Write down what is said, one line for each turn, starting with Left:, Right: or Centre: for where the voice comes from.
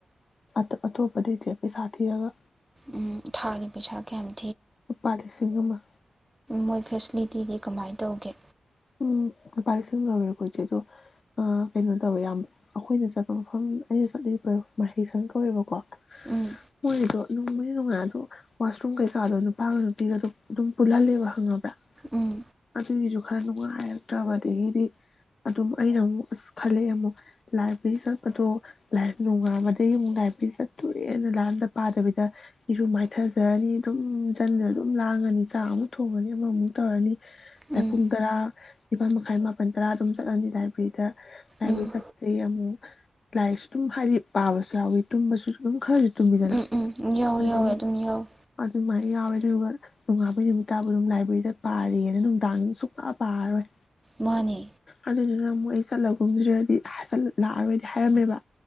Left: ꯑ ꯑꯇꯣꯄꯗ <unintelligible> ꯄꯩꯁꯥ ꯊꯤꯔꯥꯒ
Right: ꯎꯝ ꯊꯥꯒꯤ ꯄꯩꯁꯥ ꯀꯌꯥꯅꯣ
Left: ꯂꯨꯄꯥ ꯂꯤꯁꯤꯡ ꯑꯃ
Right: ꯃꯣꯏ ꯐꯦꯁꯤꯂꯤꯇꯤꯗꯤ ꯀꯃꯥꯏ ꯇꯧꯒꯦ
Left: ꯎꯝ ꯂꯨꯄꯥ ꯂꯤꯁꯤꯡ ꯂꯧꯋꯦꯀꯣ ꯏꯆꯦ ꯑꯗꯣ ꯀꯩꯅꯣ ꯇꯧꯋꯦ ꯌꯥꯝ ꯑꯩꯈꯣꯏꯅ ꯆꯠꯄ ꯃꯐꯝ ꯑꯩꯅ ꯆꯠꯂꯤꯕ ꯃꯍꯩꯁꯪ ꯀꯧꯋꯦꯕꯀꯣ
Right: ꯎꯝ
Left: ꯃꯣꯏꯗꯣ ꯅꯨꯡꯕꯨꯗꯤ ꯅꯨꯡꯉꯥꯏ ꯑꯗꯣ ꯋꯥꯁꯔꯨꯝ ꯀꯩꯀꯥꯗꯣ ꯅꯨꯄꯥꯒ ꯅꯨꯄꯤꯒꯗ ꯑꯗꯨꯝ ꯄꯨꯜꯍꯜꯂꯦꯕ ꯈꯪꯉꯕ꯭ꯔꯥ
Right: ꯎꯝ
Left: <unintelligible> ꯈꯔ ꯅꯨꯡꯉꯥꯏꯔꯛꯇ꯭ꯔꯕ ꯑꯗꯒꯤꯗꯤ ꯑꯗꯨꯝ ꯑꯩꯅ ꯑꯃꯨꯛ ꯑꯁ ꯈꯜꯂꯛꯑꯦ ꯑꯃꯨꯛ ꯂꯥꯏꯕ꯭ꯔꯤ ꯆꯠꯄꯗꯣ ꯂꯥꯏ ꯅꯣꯡꯉꯥꯟꯕꯗꯒꯤ ꯑꯃꯨꯛ ꯂꯥꯏꯕ꯭ꯔꯤ ꯆꯠꯇꯨꯔꯦꯅ ꯂꯥꯏꯔꯤꯛꯑꯝꯇꯥ ꯄꯥꯗꯕꯤꯗ ꯏꯔꯨ ꯃꯥꯏꯊꯖꯔꯅꯤ ꯑꯗꯨꯝ ꯖꯟꯖ ꯑꯗꯨꯝ ꯂꯥꯡꯉꯅꯤ ꯆꯥꯛ ꯑꯃꯨꯛ ꯊꯣꯡꯉꯅꯤ ꯑꯃꯃꯨꯛ ꯇꯧꯔꯅꯤ
Right: ꯎꯝ
Left: ꯄꯨꯡ ꯇꯔꯥ ꯅꯤꯄꯥꯜ ꯃꯈꯥꯏ ꯃꯥꯄꯜ ꯇꯔꯥ ꯑꯗꯨꯝ ꯆꯠꯂꯅꯤ ꯂꯥꯏꯕ꯭ꯔꯤꯗ ꯂꯥꯏꯕꯔ꯭ꯤ
Right: ꯎꯝ
Left: ꯆꯠꯄꯗꯩ ꯑꯃꯨꯛ ꯂꯥꯏꯔꯤꯛꯁꯨ ꯑꯗꯨꯝ ꯍꯥꯏꯗꯤ ꯄꯥꯕꯁꯨ ꯌꯥꯎꯋꯤ ꯇꯨꯝꯕꯁꯨ ꯑꯗꯨꯝ ꯈꯔꯁꯨ ꯇꯨꯝꯃꯤꯗꯅ
Right: ꯎꯝ ꯎꯝ ꯌꯥꯎꯋꯦ
Left: ꯑꯗꯨꯗꯨꯒꯤ
Right: ꯌꯥꯎꯋꯦ ꯑꯗꯨꯝ ꯌꯥꯎꯋꯦ
Left: ꯑꯗꯨꯃꯥꯏ ꯌꯥꯎꯔꯦ ꯑꯗꯨꯗꯨꯒ__ ꯅꯣꯡꯉꯥꯕꯩ ꯅꯨꯃꯤꯠꯠꯇꯥꯕꯨ ꯑꯗꯨꯝ ꯂꯥꯏꯕ꯭ꯔꯤꯗ ꯄꯥꯔꯦꯅ ꯅꯨꯡꯗꯥꯡ__ ꯁꯨꯛꯄ ꯄꯥꯔꯣꯏ
Right: ꯃꯥꯅꯤ
Left: ꯑꯗꯨꯗꯨꯅ ꯑꯃꯨꯛ ꯑꯩ ꯆꯠꯂꯒꯒꯨꯝꯁꯤ꯭ꯔ ꯂꯥꯛꯑꯔꯣꯏꯗꯤ ꯍꯥꯏꯔꯝꯃꯦꯕ